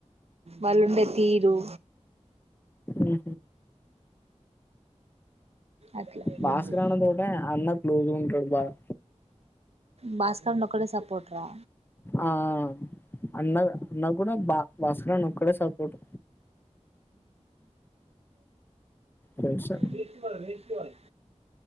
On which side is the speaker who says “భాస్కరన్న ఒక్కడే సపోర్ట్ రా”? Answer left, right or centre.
Right